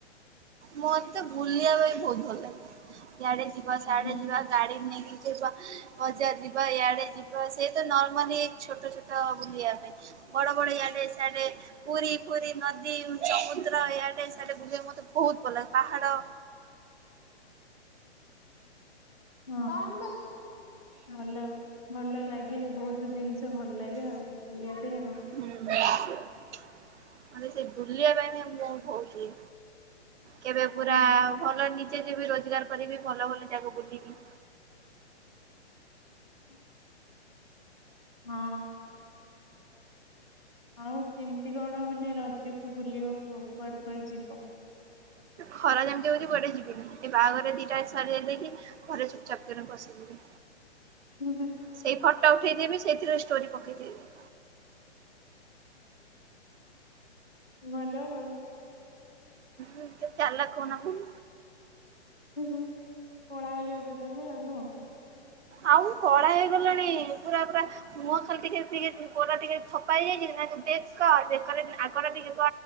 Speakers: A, on the right; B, in the centre.
A: ମତେ ବୁଲିବା ପାଇଁ ବହୁତ ଭଲ ଲାଗେ ଇଆଡେ ଯିବା ସିଆଡେ
B: ହୁଁ,
A: ଯିବା ଗାଡି ନେଇକି ଯିବା। ବଜାର ଯିବା ଇଆଡେ ଯିବା ସେଇ ତ ନର୍ମାଲି ଛୋଟ ଛୋଟ ବୁଲିବା ପାଇଁ। ବଡ ବଡ ୟାଡେ ସ୍ୟାଡେ ପୁରୀ ଫୁରୀ ନଦୀ ସମୁଦ୍ର ଇଆଡେ ସିଆଡେ ବୁଲିବାକୁ ମତେ ବହୁତ ଭଲ ଲାଗେ ପାହାଡ
B: <inaudible> ହଁ <inaudible> ଭଲ ଭଲ ଲାଗେ ବହୁତ ଜିନିଷ ଭଲ ଲାଗେ ଆଉ ବୁଲିବା ପାଇଁ ଆଉ।
A: ହୁଁ ମାନେ ସେ ବୁଲିବା ପାଇଁ ବି ମୁଁ କ କହୁଛି। କେବେ ପୁରା
B: ହୁଁ
A: ଭଲ ନିଜେ ଯେବେ ରୋଜଗାର କରିବି ଭଲ ଭଲ ଜାଗା ବୁଲିବି।
B: <inaudible> ହଁ ଆଉ କେମତି କଣ ମାନେ ରଜକୁ ବୁଲିବ କୁହ କୁଆଡେ କୁଆଡେ ଯିବ।
A: ଖରା ଯେମିତି ହୋଉଚି କ୍ଵାଡେ ଯିବିନି ଏ ବାହାଘର ରେ ଦିଟା <unintelligible> ଦେଇକି ଘରେ ଚୁପ୍ ଚାପ୍ କିରି ବସିିଯିବି।
B: ହୁଁ ହୁଁ।
A: ସେଇ ଫଟୋ ଉଠେଇଦେବି ସେଇଥିରେ ଷ୍ଟୋରି ପକେଇଦେବି।
B: ଭଲ ଆଉ।
A: ହୁଁ ସେ ଚାଲାକ୍ ହୁଅନା କୁ
B: ହୁ ହୁ କଳା ହେଇଯାଉଛ ତମେ ଆଉ ନୁହଁ।
A: ଆଉ କଳା ହେଇଗଲାଣି ପୁରା ପୁରା ମୁହଁ ଖାଲି ଟିକେ ଟିକେ ପୋଟା ଟିକେ ଥପା ହେଇଯାଇଛି <unintelligible>